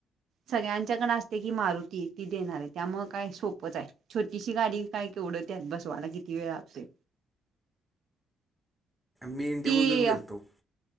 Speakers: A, on the right (about 65°); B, in the centre.
A: सगळ्यांच्याकडे असते की मारुती ती देणार आहे, त्यामुळे काय सोपच आहे, छोटीशी गाडी काय. की उडतत बसवाला किती वेळ लागतोय.
B: मी इंडिको
A: ती
B: घेऊन गेलतो.